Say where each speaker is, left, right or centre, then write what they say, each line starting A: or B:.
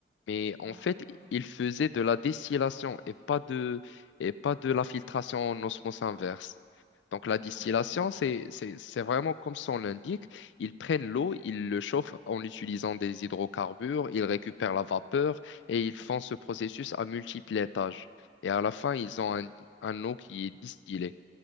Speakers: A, on the left; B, on the left.
A: Mais
B: Ah,
A: en fait,
B: d'accord.
A: il faisait de la distillation et pas de, et pas de la filtration en osmose inverse. Donc la
B: Ah,
A: distillation,
B: d'accord.
A: c'est, c'est, c'est vraiment comme son l'indique. Ils prennent l'eau, ils le chauffent en utilisant des hydrocarbures, ils récupèrent la vapeur et ils font ce processus à multiples étages. Et à la fin, ils
B: Ah,
A: ont
B: non.
A: un, un eau qui est distillée.